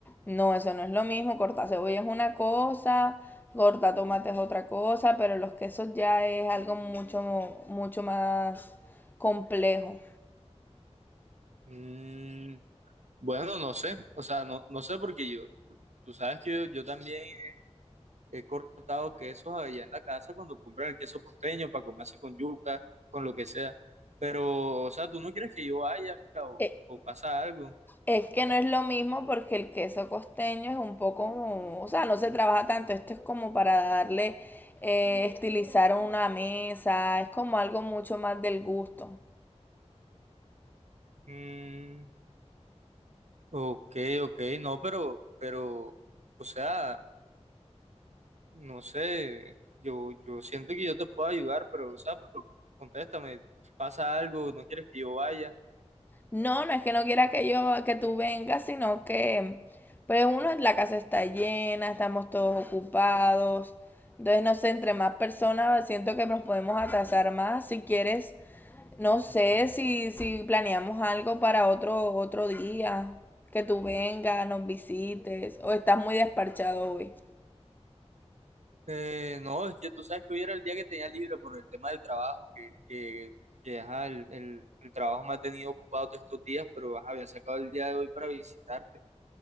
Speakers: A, on the left (about 15°); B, on the right (about 80°).
A: No, eso no es lo mismo. Cortar cebolla es una cosa, cortar tomate es otra cosa, pero los quesos ya es algo mucho, mucho más complejo.
B: Mm, bueno, no sé, o sea, no, no sé porque yo, tú sabes que yo, yo también he cortado quesos allá en la casa cuando compran el queso costeño para comer así con yuca, con lo que sea, pero, o sea, tú no quieres que yo vaya o,
A: Eh,
B: o pasa algo.
A: Es que no es lo mismo porque el queso costeño es un poco, o sea, no se trabaja tanto. Esto es como para darle, eh, estilizar una mesa, es como algo mucho más del gusto.
B: Mm, Ok, ok, no, pero, pero, o sea, no sé, yo, yo siento que yo te puedo ayudar, pero, o sea, pero contéstame, pasa algo, no quieres que yo vaya.
A: No, no es que no quiera que yo, que tú vengas, sino que, pues uno, la casa está llena, estamos todos ocupados. Entonces, no sé, entre más personas siento que nos podemos atrasar más. Si quieres, No sé si, si planeamos algo para otro, otro día, que tú vengas, nos visites, o estás muy despachado hoy.
B: Eh, no, es que tú sabes que hoy era el día que tenía libre por el tema del trabajo, que, que, que ajá, el, el, el trabajo me ha tenido ocupado todos estos días, pero ajá, había sacado el día de hoy para visitarte.